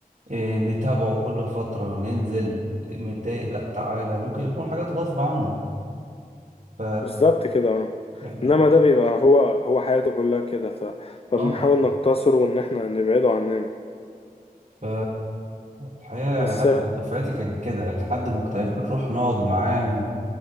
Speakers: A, on the right (about 50°); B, on the left (about 40°).
A: إيه نتابعه كل فتره ننزل متضايق لا تعالى ممكن يكون حاجات غصب عنه ف
B: بالظبط كده اه
A: يعني
B: انما ده بيبقى هو هو حياته كلها كده ف... فبنحاول
A: اه
B: نقتصره وان احنا نبعده عننا
A: ف الحقيقه
B: بس
A: يعني حتى دفعتي كانت كده لحد مكتئب بنروح نقعد معاه